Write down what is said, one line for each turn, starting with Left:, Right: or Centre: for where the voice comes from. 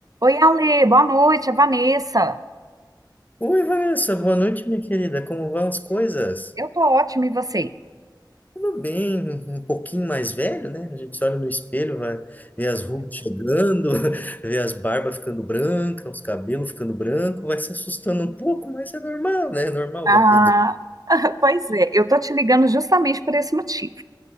Right: Oi, Ale, boa noite, é Vanessa.
Left: Oi, Vanessa, boa noite, minha querida. Como vão as coisas?
Right: Eu tô ótima, e você?
Left: Tudo bem, um um pouquinho mais velho, né? A gente se olha no espelho, vai ver as rugas chegando, <laughs> vê as barbas ficando brancas, os cabelos ficando branco. vai se assustando um pouco, mas é normal, né? É normal
Right: Ah,
Left: da vida.
Right: <laughs> pois é, eu tô te ligando justamente por esse motivo.